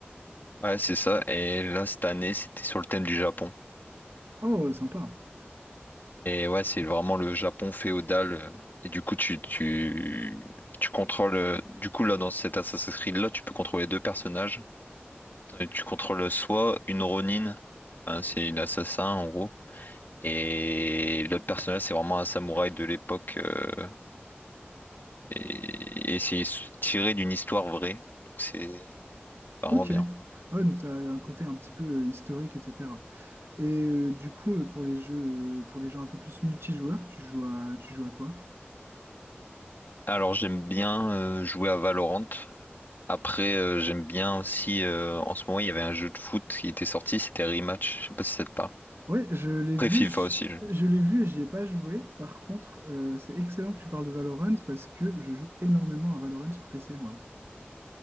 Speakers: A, on the left; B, on the right.
A: Ouais, c'est ça. Et là, cette année, c'était sur le thème du Japon.
B: Oh, sympa.
A: Et ouais, c'est vraiment le Japon féodal. euh, Et du coup, tu, tu, tu contrôles. euh, Du coup, là, dans cet Assassin's Creed-là, tu peux contrôler deux personnages. Euh, Tu contrôles soit une Ronin, hein, c'est une assassin en gros, et l'autre personnage, c'est vraiment un samouraï de l'époque. euh, et et c'est tiré d'une histoire vraie. Donc, c'est vraiment
B: Ok.
A: bien.
B: Ah ouais, donc ça a un côté un petit peu euh, historique, etc. Et euh, du coup, euh, pour les jeux, euh, pour les jeux un peu plus multijoueurs, tu joues à, tu joues à quoi?
A: Alors, j'aime bien euh, jouer à Valorant. Après, euh, j'aime bien aussi. euh, en ce moment, il y avait un jeu de foot qui était sorti, c'était Rematch. Je sais pas si ça te parle.
B: Ouais, je l'ai
A: Après
B: vu,
A: FIFA
B: je,
A: aussi. je-
B: je l'ai vu et j'y ai pas joué. Par contre, euh, c'est excellent que tu parles de Valorant parce que je joue énormément à Valorant sur PC, moi.